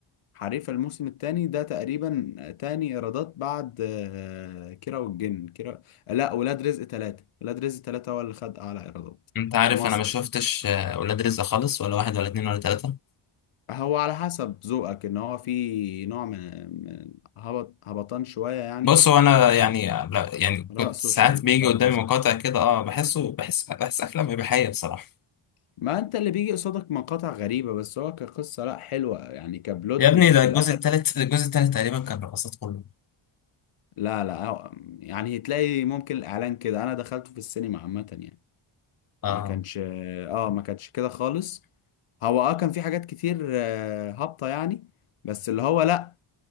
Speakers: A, on the left (about 85°); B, on the left (about 45°).
A: حريفة الموسم الثاني ده تقريبا تاني ايرادات بعد آه، كيرة والجن كيرة لا ولاد رزق ثلاثة ولاد رزق ثلاثة هو اللي خد اعلى ايرادات
B: انت عارف
A: في مصر
B: انا ما شفتش آه، ولاد رزق خالص ولا واحد ولا اتنين ولا تلاتة
A: هو على حسب ذوقك ان هو في نوع من من هبط هبطان شوية يعني
B: بص هو انا يعني لا يعني
A: رأسه
B: كنت ساعات
A: شبل-
B: بيجي
A: شعلبازات
B: قدامي مقاطع كده اه بحسه بحس بحس افلام اباحيه بصراحه
A: ما انت اللي بيجي قصادك مقاطع غريبة بس هو كقصة لا حلوة يعني كبلوت
B: يا ابني
A: وفي
B: ده الجزء
A: الاخر
B: الثالث الجزء الثالث تقريبا كان رقصات كله
A: لا لا هو- يعني هتلاقي ممكن الاعلان كده انا دخلته في السينما عامة يعني
B: اه
A: ما كانش اه ما كانش كده خالص هو اه كان في حاجات كتير آه، هابطة يعني بس اللي هو لا